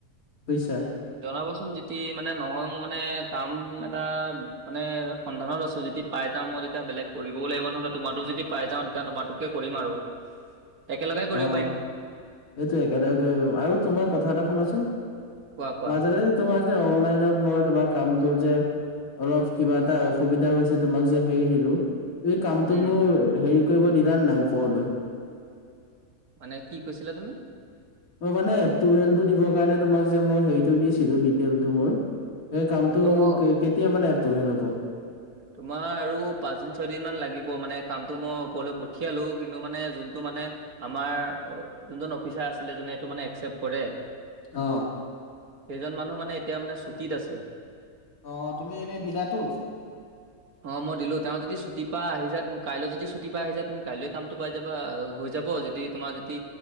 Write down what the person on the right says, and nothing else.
উম জনাবচোন যদি মানে নহয় মোৰ মানে কাম এটা মানে সন্ধানত আছো যদি পাই যাও মই তেতিয়া বেলেগ কৰিবই লাগিব নহ'লে, তোমাৰাতো যদি পাই যাওঁ তেতিয়া তোমাৰতোকে কৰিম আৰু। একেলগে কৰিব
পাৰিম।
কোৱা কোৱা।
উম,
মানে কি কৈছিলা তুমি?
অ'।
তোমাৰ আৰু পাঁচদিন ছয়দিন মান লাগিব, মানে কামটো মই ওপৰলৈ পঠিয়ালো কিন্তু মানে যোনটো মানে আমাৰ যোনজন অফিচাৰ আছিলে জোনে এইটো মানে একচেপ্ট কৰে
সেইজন মানুহ মানে এতিয়া মানে ছুটিত আছে।
অ মই দিলো তেওঁৰ যদি ছুটি পৰা আহি যায় তুমি কাইলৈ যদি ছুটি পৰা আহি যায় তুমি কাইলৈ কামটো পাই যাবা হৈ যাব যদি তোমাৰ যদি